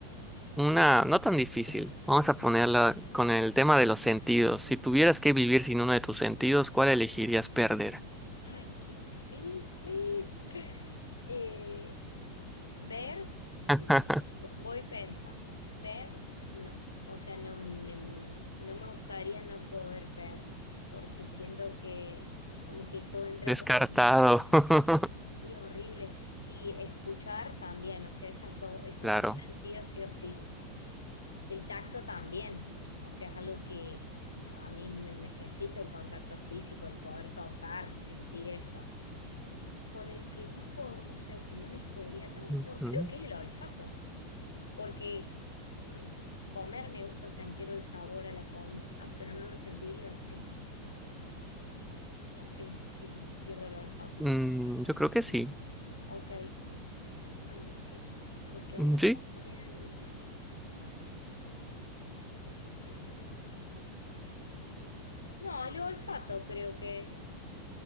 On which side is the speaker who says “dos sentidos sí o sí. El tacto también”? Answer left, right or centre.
Left